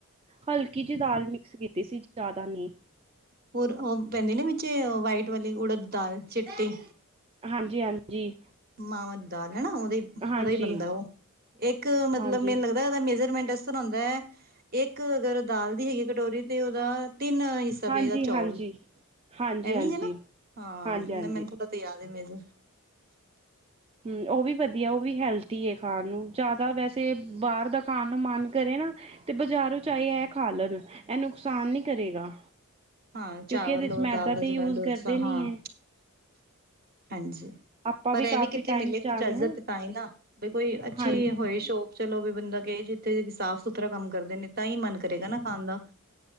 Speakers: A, on the right (about 25°); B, on the right (about 45°).
A: ਹਲਕੀ ਜਈ ਦਾਲ ਮਿਕਸ ਕੀਤੀ ਸੀ, ਜ਼ਾਅਦਾ ਨਈਂ।
B: ਹੋਰ ਓ ਪੈਂਦੀ ਨਾ ਵਿੱਚ ਵਾਈਟ ਵਾਲੀ ਉੜਦ ਦਾਲ ਚਿੱਟੀ।
A: ਹਾਂਜੀ-ਹਾਂਜੀ।
B: ਮਾਵਾਂ ਦੀ ਦਾਲ ਹੈਨਾ, ਓਦਾ
A: ਹਾਂਜੀ
B: ਓਦੈ ਈ ਬਨਦਾ ਓ ਇੱਕ ਮਤਲਬ
A: ਹਾਂਜੀ
B: ਮੈਨੂੰ ਲਗਦਾ ਓਦਾ ਮੇਜਰਮੈਂਟਸ ਇਸ ਤਰਾਂ ਹੋਂਦਾ ਏ। ਇੱਕ ਅਗਰ ਦਾਲ ਦੀ ਹੈਗੀ ਕਟੋਰੀ ਤੇ ਓਦਾ ਤਿੰਨ ਸਵੇਦਾ
A: ਹਾਂਜੀ
B: ਚੌਲ,
A: ਹਾਂਜੀ ਹਾਂਜੀ ਹਾਂਜੀ
B: ਐਵੇਂ ਹੀ ਹੈ ਨਾ, ਹਾਂ
A: ਹਾਂਜੀ
B: ਮੈਨੂੰ
A: ਹਾਂਜੀ
B: ਤੇ ਪਤੇ ਯਾਦ ਹੈ ਨੀ ਜੇ।
A: ਹੂੰ ਉਹ ਵੀ ਵਧੀਆ, ਉਹ ਵੀ ਹੈਲਦੀ ਹੈ ਖਾਣ ਨੂੰ, ਜ਼ਿਆਦਾ ਵੈਸੇ ਬਾਹਰ ਦਾ ਖਾਣ ਨੂੰ ਮਨ ਕਰੇ ਨਾ- ਤੇ ਬਜਾਰੋਂ ਚਾਹੇ ਇਹ ਖਾ ਲਵੇ, ਇਹ ਨੁਕਸਾਨ ਨੀ ਕਰੇਗਾ।
B: ਹਾਂ ਚਾਵਲ
A: ਕਿਉਂਕਿ, ਇਹਦੇ ਚ
B: ਔਰ
A: ਮੈਦਾ
B: ਦਾਲ ਦਾ ਜਿਹੜਾ
A: ਤੇ ਯੂਜ
B: ਡੋਸਾ
A: ਕਰਦੇ ਨੀ
B: ਹਾਂ
A: ਏ।
B: ਹਾਂਜੀ,
A: ਆਪਾਂ
B: ਪਰ ਇਹ
A: ਕਾਫੀ
B: ਵੀ ਕਿੱਥੇ
A: ਟਾਈਮ
B: ਮਿਲੇ ਕੁਛ
A: ਜਾਂਦੇ
B: ਚੱਜ
A: ਹਾਂ
B: ਦਾ ਤੇ ਤਾਂਹੀ ਨਾ, ਵੀ ਕੋਈ ਅੱਛੀ
A: ਹਾਂਜੀ
B: ਹੋਏ ਸ਼ੋਪ। ਚਲੋ ਵੀ ਬੰਦਾ ਕੇਹ ਜੀਥੇ ਸਾਫ਼ ਸੁਥਰਾ ਕੰਮ ਕਰਦੇ ਨੇ ਤਾਂ ਹੀ ਮਨ ਕਰੇਗਾ ਨਾ ਖਾਣ ਦਾ।